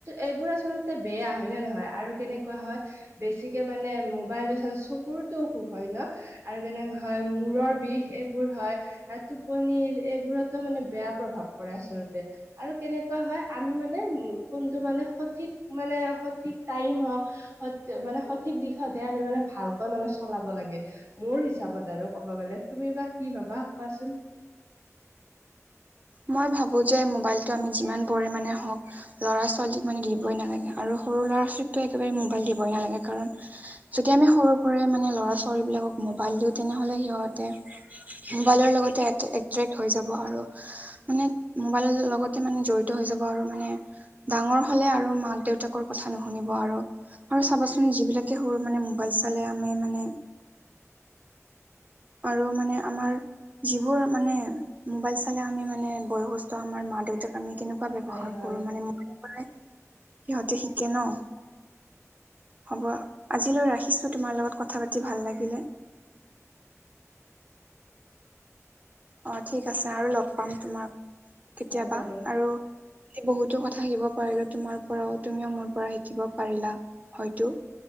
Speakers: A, on the right; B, on the right.
A: এইবোৰ আচলতে বেয়া, হয় নে নহয়? আৰু কেনেকুৱা হয় বেছিকে মানে মোবাইলটো চ চকুৰতো অসুখ হয় ন। আৰু কেনেকে হয় মূৰৰ বিষ এইবোৰ হয় আৰু টোপনিৰ এইবোৰতো মানে বেয়া প্ৰভাৱ পৰে আচলতে। আৰু কেনেকুৱা হয় আমি মানে উম ফোনটো মানে সঠিক মানে সঠিক টাইম হওঁক স মানে সঠিক দিশতহে আমি মানে ভালকৈ মানে চলাব লাগে। মোৰ হিচাপত আৰু ক'ব গ'লে, তুমি বা কি ভাবা কোৱাচোন?
B: মই ভাবো যে মোবাইলটো আমি যিমান পৰিমণে হওঁক ল'ৰা ছোৱালীক মানে দিবই নালাগে, আৰু সৰু ল'ৰা ছোৱালীকতো একেবাৰে মোবাইল দিবই নালাগে কাৰণ যদি আমি সৰু পৰাই মানে ল'ৰা ছোৱালী বিলাকক মবাইল দিওঁ তেনেহলে সিহঁতে মোবাইলৰ লগতে এট্ৰেক্ট হৈ যাব আৰু মানে মোবাইল লগতে মানে জড়িত হৈ যাব আৰু মানে ডাঙৰ হলে আৰু মাক দেউতাকৰ কথা নুশুনিব আৰু আৰু চাবাচোন যিবিলাকে সৰু মানে মোবাইল চালে আমি মানে আৰু মানে আমাৰ যিবোৰ মানে মোবাইল চালে আমি মানে বয়সস্থ আমাৰ মা দেউতাক আমি কেনো কোৱা ব্যবহাৰ
A: হয় হয়
B: কৰো মানে মোবাইলৰ পৰাই সিহঁতে শিকে ন। হ'ব আজিলৈ ৰাখিছো, তোমাৰ লগত কথা পাতি ভাল লাগিলে। অ ঠিক আছে আৰু লগ পাম তোমাক কেতিয়াবা
A: হয় বাৰু
B: আৰু আজি বহুতো কথা শিকিব পাৰিলা তোমাৰ পৰাও তুমিও মোৰ পৰা শিকিব পাৰিলা। হয়তো